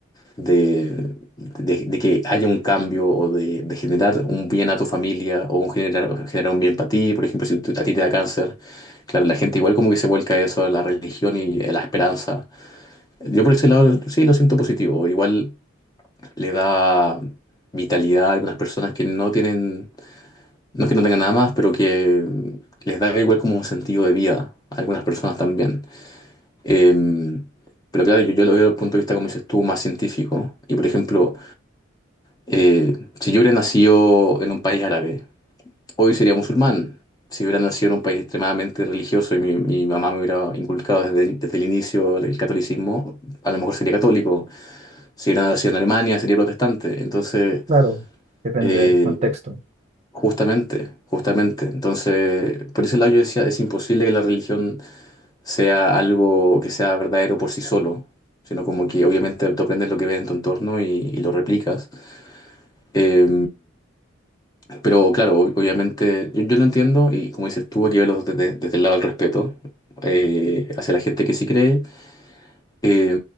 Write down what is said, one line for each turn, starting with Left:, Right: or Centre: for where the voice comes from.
Left: de, de- de que haya un cambio o de, de generar un bien a tu familia o un generar, generar un bien para ti. Por ejemplo, si tú- a ti te da cáncer, claro, la gente igual como que se vuelca a eso, a la religión y a la esperanza. Yo por ese lado sí lo siento positivo. Igual le da vitalidad a algunas personas que no tienen, no es que no tengan nada más, pero que les da igual como un sentido de vida a algunas personas también. Em, pero claro, yo, yo lo veo desde el punto de vista, como dices tú, más científico. Y por ejemplo, Eh, si yo hubiera nacido en un país árabe, hoy sería musulmán. Si hubiera nacido en un país extremadamente religioso y mi, mi mamá me hubiera inculcado desde, desde el inicio el catolicismo, a lo mejor sería católico. Si hubiera nacido en Alemania, sería protestante. Entonces,
Right: claro, depende
Left: eh,
Right: del contexto.
Left: justamente, justamente. Entonces, por ese lado yo decía, es imposible que la religión sea algo que sea verdadero por sí solo, sino como que obviamente tú aprendes lo que ves en tu entorno y, y lo replicas. Eh, Pero claro, ob- obviamente yo, yo lo entiendo y como dices tú, hay que verlo desde, desde el lado del respeto eh, hacia la gente que sí cree eh,